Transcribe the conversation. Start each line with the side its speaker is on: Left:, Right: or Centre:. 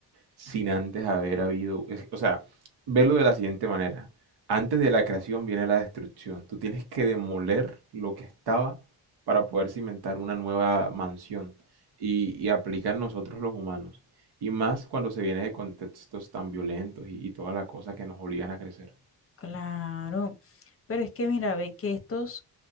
Right: sin antes haber habido, es- o sea, velo de la siguiente manera. Antes de la creación viene la destrucción. Tú tienes que demoler lo que estaba para poder cimentar una nueva mansión. Y, y aplica nosotros los humanos. Y más cuando se viene de contextos tan violentos y, y toda la cosa que nos obligan a crecer.
Left: Claro, pero es que mira, ve que estos,